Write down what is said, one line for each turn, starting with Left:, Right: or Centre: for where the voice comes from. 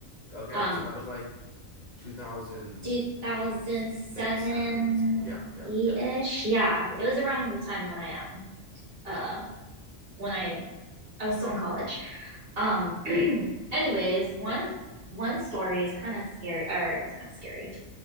Left: Okay.
Right: um,
Left: So that was like 2006,
Right: 2007,
Left: 7, something. Yeah, yeah,
Right: 8-ish.
Left: yeah,
Right: Yeah,
Left: yeah,
Right: it was around
Left: yeah,
Right: the time when I um, uh, when I I was still in college. Um, <clears throat> anyways, one one story is kind of scary, or it's kind of scary.